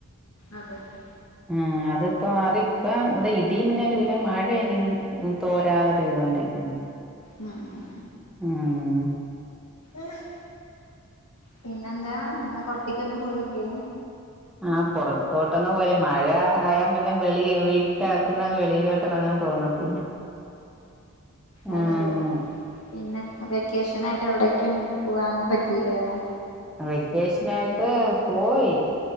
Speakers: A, on the left (about 85°); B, in the centre.
A: അതന്നെ
B: ആഹ് അതിപ്പ മാറി ഇപ്പ ഇവിടെ ഇടിമിന്നലുല്ലമഴ ഇങ്ങനെ തോരാതെ പെയ്തൊണ്ടിരിക്ക്ന്നു
A: ഉം ഉം
B: ആഹ്
A: ഉം പിന്നെന്താ എന്ന പുറത്തേക്കൊന്നും പോയി ല്ലേ
B: ആ പൊറത്തോട്ടന്ന് പോയില മഴ ആയാ പിന്നെ വെിളി വീട്ടകത്തുന്ന്ങ്ങ് വെളിയിലോട്ട് ഇറങ്ങാൻ തോന്നത്തില്ല
A: അയ്ശരി
B: ആഹ്
A: പിന്നെ വെക്കേഷൻ ആയിട്ട് എവിടക്കും പൂവാനൊന്നും പറ്റീല്ലാല്ലേ
B: അ വെക്കേഷനായിട്ട് പോയി